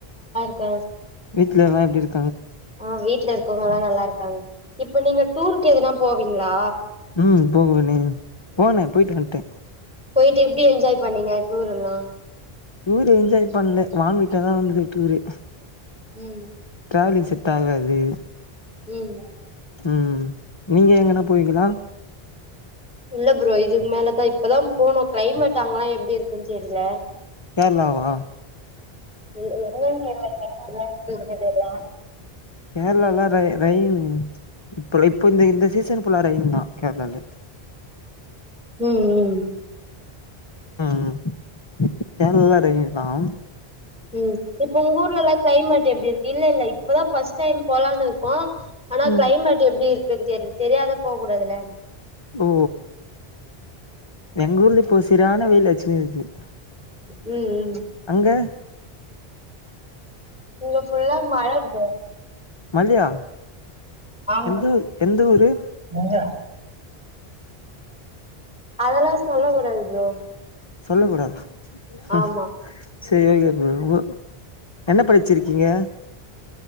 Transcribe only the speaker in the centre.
க
ஆஹ் வீட்டு்ல இருக் அவுங்கலா நல்லா இருக்காங்க இப்ப நீங்க டூருக்கு எதனா போவீங்களா
போயிட்டு எப்டி என்ஜாய் பண்ணீங்க டூர் எல்லாம்
உம்
உம்
இல்ல ப்ரோ இதுக்கு மேலதான் இப்பதான் போனோம் கிளைமேட் அங்கெல்லாம் எப்டி இருக்குன்னு தெரியல
<unintelligible>
உம் உம்
உம் இப்ப உங்க ஊர்ல எல்லாம் கிளைமட் எப்படி இரு இல்ல இல்ல இப்ப தான் ஃபர்ஸ்ட் டைம் போலானு இரு கா ஆனா
கிளைமேட் எப்படி இருக்குன்னு தெரிய தெரியாத போக கூடாதுல
உம் உம்
இங்க புல்லா மழ ப்ரோ
ஆமா
ஆமா அதெல்லாம் சொல்ல கூடாது ப்ரோ
ஆமா